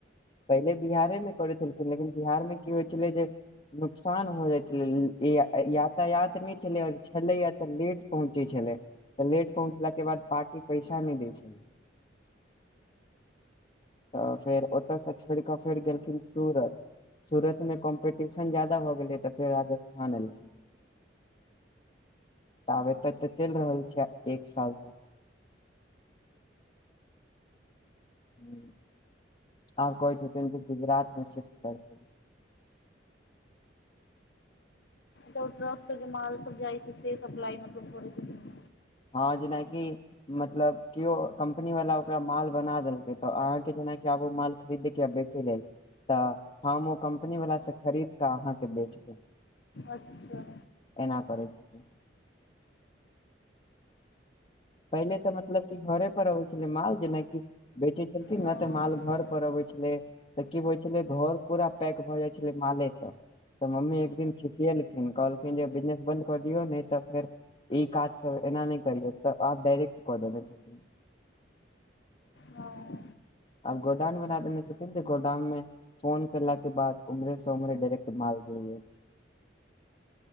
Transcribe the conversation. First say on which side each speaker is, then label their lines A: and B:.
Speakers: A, on the left (about 30°); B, on the left (about 65°).
A: पहिने बिहारमे करै छलखिन, लेकिन बिहारमे की होइ छलै जे नुकसान भऽ जाइ छलै, यातायात नहि छलै आ तऽ लेट पहुँचै छलै, तऽ लेट पहुँचलाक बाद पार्टी पैसा नहि दै छलै। <inaudible> तऽ फेर ओतयसँ छोड़ि कऽ फेर गेलखिन सूरत। सूरतमे कॉम्पिटिशन बेसी भऽ गेलै, तऽ फेर राजस्थान एलखिन। तऽ आबे तक तऽ चलि रहल छै एक सालसँ <unintelligible> आब कोहै छथिन जे गुजरात मे शिफ्ट करतै
B: टरक से जे माल सबजाइ छै से सप्लाई मतलब खरैत हेतै
A: हँ जेनाकि मतलब केओ कम्पनी वाला ओकरा माल बना देलकै तऽ अहाँके जेनाकि आब ओ माल खरीदैके बेचइ लेल तऽ हम ओ कम्पनी वालासे खरीदकेऽ अहाँके बेच देब
B: अच्छा
A: एना करै छैक पहिले तऽ मतलब कि घरे पर अबै छलै माल जेनाकि बेचै छलखिन
B: हँ
A: ने तऽ माल घर पर अबै छलै तऽ की होइ छेलै घर पूरा पैक भऽ जाइ छलै माले से तऽ मम्मी एकदिन खिसिएलखिन कहलखिन जे बिजनेस बन्द कऽ दिऔ ने तऽ फेर ई काज सब एना नहि करियौ तऽ आब डायरेक्ट क देबै <unintelligible>
B: हँ
A: आब गोडाउन बना देने छथिन जे गोडाउन मे फोन केला के बाद उम्हरे से उम्हरे डायरेक्ट माल गिरबै छी